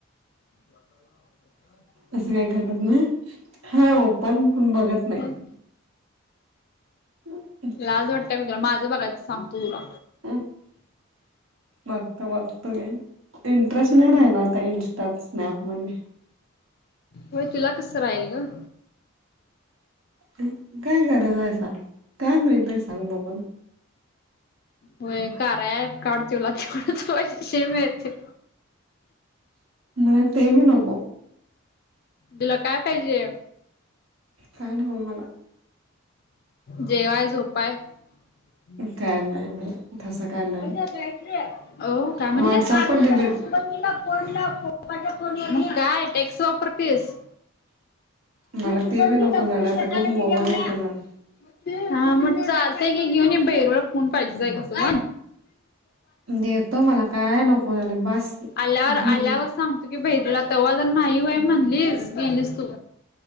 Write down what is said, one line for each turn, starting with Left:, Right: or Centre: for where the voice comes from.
Left: <inaudible>
Right: तसं काय करत नाही. हाय ओपन, पण बघत नाही.
Left: अहं.
Right: हं.
Left: लाज वाटतय का तूला? माजं बघायचं सांगतोय तुला.
Right: <unintelligible> बघतो बघतोय. इंटरेस्ट नाही राहिला आता. इंस्टात, स्नॅपमधे.
Left: होय. तुला कसं राहील गं?
Right: काय, काय गरजाय सांग? काय मिळतय, सांग बघून?
Left: होय. कार्या ऍप काड, तुला तेवडच पैसेे मिळतील.
Right: मला ते बी नको.
Left: तीला काय पाहिजे?
Right: काय नाही ओ मला.
Left: जेवाय, झोपाय. <inaudible>
Right: काय नाही बाई तसं काय नाही
Left: वो, काय म्हणलीस?
Right: व्हॉट्सअप पण डिलीट
Left: तिला फोन लाव. पप्पाच्या फोनवर. मग काय टेक्स वापरतीस?
Right: मला
Left: <unintelligible>
Right: ते बी नको झालं आता ग मोबाईल नको झाला
Left: हा म चालतय की घेऊन बेरळ फोन पाहिजचय का तुला?
Right: देतो मला काय नको झाले बास घेतलं
Left: अलावर आलावर सांगतो की भहिजला तव्हा जर नाही व्हय म्हणलीस गेलीस तू.